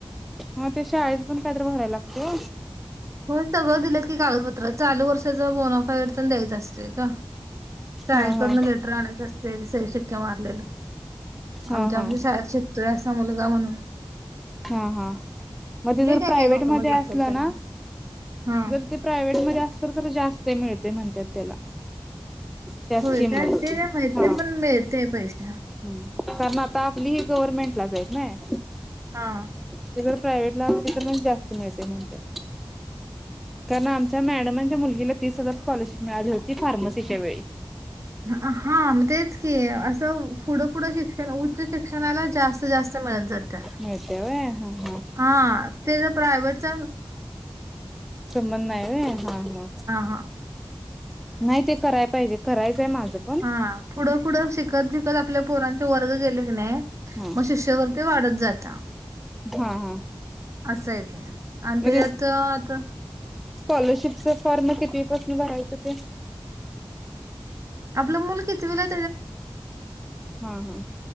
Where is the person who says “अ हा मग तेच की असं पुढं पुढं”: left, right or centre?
Right